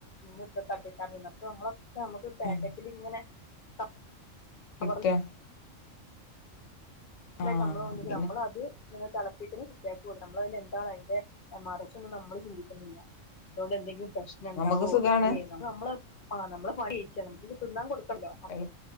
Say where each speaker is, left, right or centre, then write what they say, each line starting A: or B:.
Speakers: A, on the left; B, on the left.
A: മ്മി പ്പി <unintelligible> അപൊ മ്മളെ ക്കെ മക്ക് പാക്കറ്റിലിങ്ങനെ
B: ഉം
A: <unintelligible> <unintelligible>
B: കിട്ടാ ആഹ്
A: നമ്മളും
B: പിന്നെ
A: അത് ത്ങ്ങനെ തിളപ്പിക്കുന്ന കുട്ട്യേകെടും നമ്മള അതില എന്താണ് അതിന്റെ മറച്ചും നമ്മൾ ചിന്തിക്കുന്നില്ല തോണ്ട് എന്തെങ്കിലും പ്രശ്നം ണ്ടാവോ
B: നമുക്ക് സുഖാണ്
A: ഇല്ലേ അത് നമ്മള് ആഹ് നമ്മള് പണിയ്ച്ച നമുക് തിന്നാൻ കൊടുക്കണല്ലോ
B: എളു